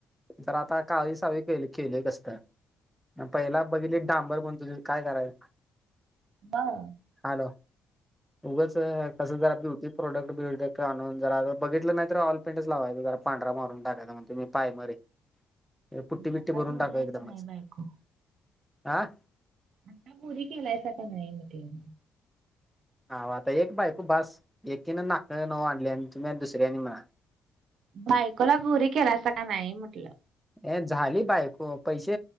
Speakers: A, in the centre; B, on the right (about 70°).
A: जरा आता काळी- सावळी केली -केली जस काय पहिला बघितली त डांबर म्हण तुझी काय कराय
B: बर.
A: हा ना उगंच कसं जरा <unintelligible> ती प्रोडक्ट- बिडक्ट आणून जरा बघित ना तर ऑइल पेंट लावायचा जरा पांढरा मारून टाकायचा म्हणतो मी प्रायमरी ते पुट्टी- बिट्टी
B: आता
A: भरून
B: गोरी
A: टाका
B: आहे
A: एकदम,
B: का नाही बायको
A: हा.
B: आता गोरी केलायचा का नाही म्हटले?
A: हं आता एक बायको बास एकीनं नाकी नव आणली आणि तुम्ही अन् दुसऱ्यानदी म्हणा
B: बायकोला गोरी केला का नाही म्हटलं?
A: हे झाली बायको, पैशे